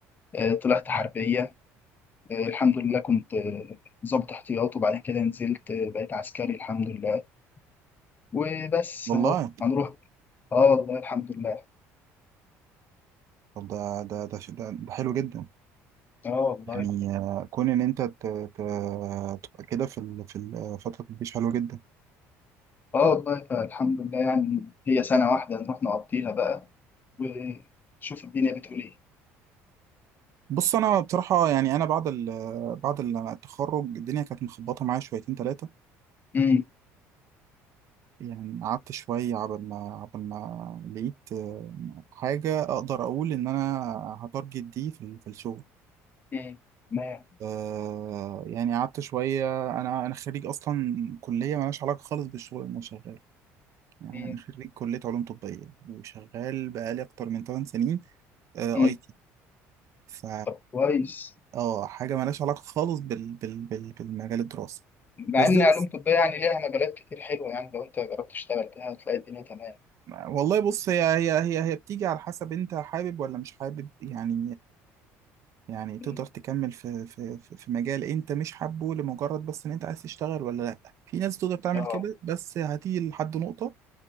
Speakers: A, on the left; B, on the right.
A: آه، طلعت حربية آه، الحمض لله كنت آه، ضابط احتياط وبعد كده نزلت آه، بقيت عسكري الحمد لله وبس
B: والله
A: اهو هنروح اه والله الحمد لله
B: طب ده ده ده ده ده حلو جدا
A: اه والله
B: يعني آه، كون ان انت ت- ت- تبقى كده في ال- في ال- فتره الجيش حلوه جدا
A: اه والله فالحمد لله يعني هي سنة واحدة نروح نقضيها بقى ونشوف الدنيا بتقول ايه
B: بص انا بصراحه يعني انا بعد ال- بعد ال- التخرج الدنيا كانت مخبطه معايا شويتين ثلاثه
A: امم
B: يعني قعدت شويه عبل ما عبل ما لقيت آه، حاجه اقدر اقول ان انا هتارجت دي في ال- في الشغل
A: امم تمام
B: آه، يعني قعدت شويه انا انا خريج اصلا كليه مالهاش علاقه خالص بالشغل اللي انا شغال يعني
A: امم
B: انا خريج كليه علوم طبيه وشغال بقالي اكتر من 8 سنين آه،
A: امم
B: اي تي ف
A: طب كويس
B: اه حاجه مالهاش علاقه خالص بال... بال... بال... بالمجال الدراسي
A: مع
B: بس
A: ان
B: ده
A: علوم
B: بس
A: طبية يعني ليها مجالات كتير حلوة يعني لو انت جربت تشتغل فيها هتلاقي الدنيا تمام
B: والله بص هي هي هي هي بتيجي على حسب انت حابب ولا مش حابب يعني يعني تقدر
A: امم
B: تكمل في في في في مجال انت مش حابه لمجرد بس ان انت عايز تشتغل ولا لا في ناس تقدر تعمل
A: اه
B: كده بس هتيجي لحد نقطة